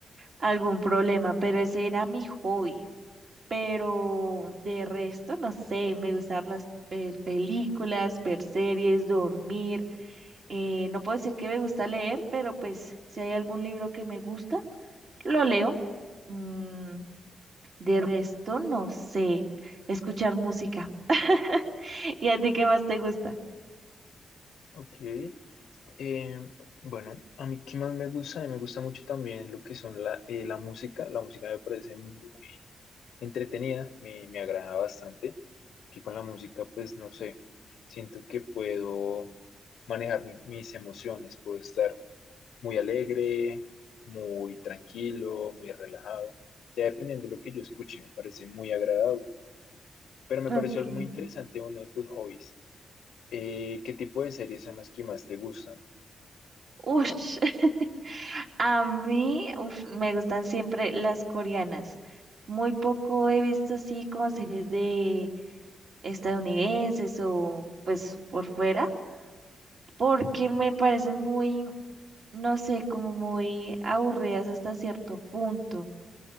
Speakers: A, on the right; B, on the left.
A: algún problema, pero ese era mi hobby, pero de resto, no sé, me gustan las ver películas, ver series, dormir, eh, no puedo decir que me gusta leer, pero pues si hay algún libro que me gusta, lo leo. Mm, De resto, no sé. Escuchar música. <laughs> ¿Y a ti qué más te gusta?
B: Ok. Eh, bueno, a mí qué más me gusta, a mí me gusta mucho también lo que son la, eh, la música, la música me parece muy entretenida, me, me agrada bastante. Aquí con la música, pues no sé, siento que puedo manejar mi- mis emociones, puedo estar muy alegre, muy tranquilo, muy relajado, ya dependiendo de lo que yo escuche, me parece muy agradable. Pero me
A: Ok.
B: pareció algo muy interesante uno de tus hobbies. Eh, ¿qué tipo de series son las que más te gustan?
A: Ush. <laughs> A mí, uf, me gustan siempre las coreanas. Muy poco he visto así como series de estadounidenses o pues por fuera, porque me parecen muy, no sé, como muy aburridas hasta cierto punto.